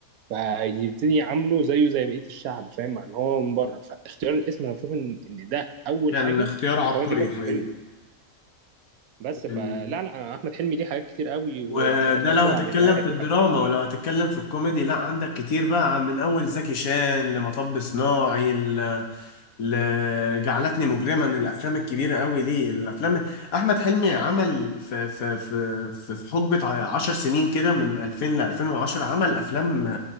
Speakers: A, on the right; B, on the left.
A: فيبتدي يعامله زيه زي بقية الشعب فاهم مع ان هو من بره فاختيار الاسم انا بشوف ان إن ده اول
B: كان
A: حاجة
B: اختيار عبقري
A: قوية جدا
B: الحقيقة
A: في الفيلم بس
B: يعني
A: فلا لا أنا احمد حلمي ليه حاجات كتير قوي ومش
B: وده
A: عارف وقافل
B: لو هتتكلم
A: على الازعاج
B: في
A: والحاجات
B: الدراما
A: كلها
B: ولو هتتكلم في الكوميدي لا عندك كتير بقى من اول زكي شان لمطب صناعي ل... لجعلتني مجرما الافلام الكبيرة قوي ليه الافلام احمد حلمي عمل في في في في في حقبة ع- عشر سنين كده من 2000 ل 2010 عمل افلام